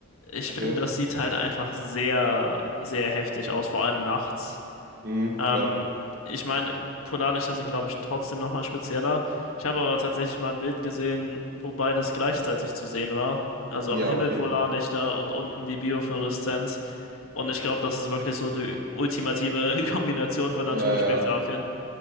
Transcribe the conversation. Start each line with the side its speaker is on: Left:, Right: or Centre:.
Left: Ich
Right: okay,
Left: finde, das sieht halt einfach sehr, sehr heftig aus, vor allem nachts.
Right: mhm,
Left: Ähm,
Right: klar.
Left: ich meine, Polarlichter sind, glaube ich, trotzdem nochmal spezieller. Ich habe aber tatsächlich mal ein Bild gesehen, wo beides gleichzeitig zu sehen war. Also
Right: Ja,
Left: am Himmel
Right: okay.
Left: Polarlichter und unten die Biofluoreszenz. Und ich glaube, das ist wirklich so die ultimative <laughs> Kombination von
Right: Ja,
Left: Naturspektakeln,
Right: ja.